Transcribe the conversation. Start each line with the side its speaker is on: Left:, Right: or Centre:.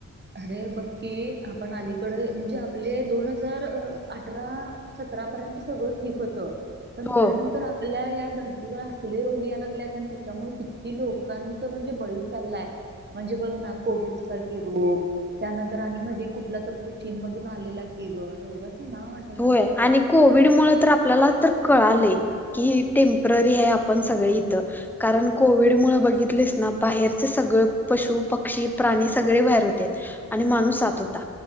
Right: अरे बक्की आपण अलीकडे म्हणजे आपले दोन हजार अठरा सतरापर्यंत सगळं ठीक होतं पण
Centre: हो
Right: त्यानंतर. आपल्या या धर्तीवर असले रोग या लागलेत आणि त्याच्यामुळे कितकी लोकांच म्हणजे बळी चाललाय म्हणजे बघ ना कोविड सारखे रोग. त्यानंतर आणि मध्ये कुठला तर तो चीन मधून आलेला कि ग उघा असं ना वाटत
Centre: होय आणि कोविड मुळ तर आपल्याला तर कळाले. कि टेम्पररी आहे आपण सगळे इथं. कारण कोविड मुळ बघितलेस ना बाहेरचे सगळं पशु पक्षी प्राणी सगळे बाहेर होते. आणि माणूस आत होता.